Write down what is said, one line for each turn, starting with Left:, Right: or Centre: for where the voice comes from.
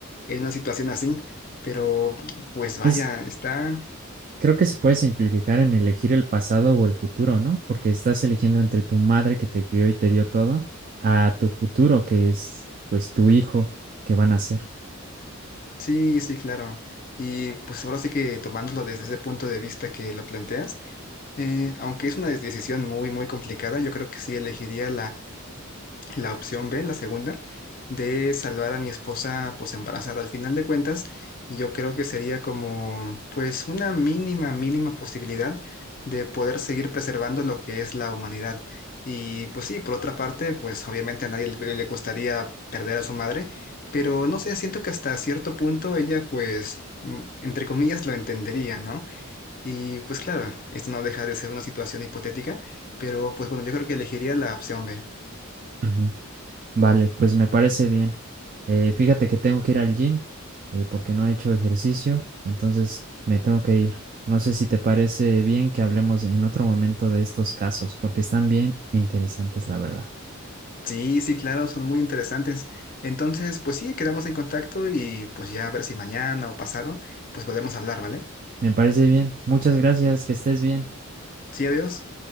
Left: en una situación así, pero pues vaya,
Right: Es,
Left: está...
Right: Creo que se puede simplificar en elegir el pasado o el futuro, ¿no? Porque estás eligiendo entre tu madre que te crió y te dio todo, a tu futuro, que es pues tu hijo que van a ser.
Left: Sí, sí, claro. Y pues ahora sí que tomándolo desde ese punto de vista que lo planteas, eh, aunque es una des- decisión muy, muy complicada, yo creo que sí elegiría la opción B, la segunda, de salvar a mi esposa pues embarazada. Al final de cuentas, yo creo que sería como pues una mínima, mínima posibilidad de poder seguir preservando lo que es la humanidad. Y pues sí, por otra parte, pues obviamente a nadie le, le gustaría perder a su madre, pero no sé, siento que hasta cierto punto ella pues... mm, entre comillas, lo entendería, ¿no? Y pues claro, esto no deja de ser una situación hipotética, pero pues bueno, yo creo que elegiría la opción B.
Right: Ujú. Vale, pues me parece bien. Eh, fíjate que tengo que ir al gym eh, porque no he hecho ejercicio, entonces me tengo que ir. No sé si te parece bien que hablemos en otro momento de estos casos, porque están bien interesantes, la verdad.
Left: Sí, sí, claro, son muy interesantes. Entonces, pues sí, quedamos en contacto y pues ya a ver si mañana o pasado, pues podemos hablar, ¿vale?
Right: Me parece bien. Muchas gracias, que estés bien.
Left: Sí, adiós.